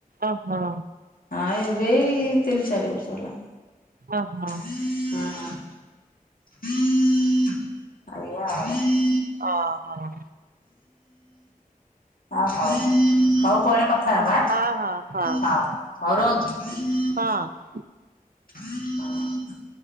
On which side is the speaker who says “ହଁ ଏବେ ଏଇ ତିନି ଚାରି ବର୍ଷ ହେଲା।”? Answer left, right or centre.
Left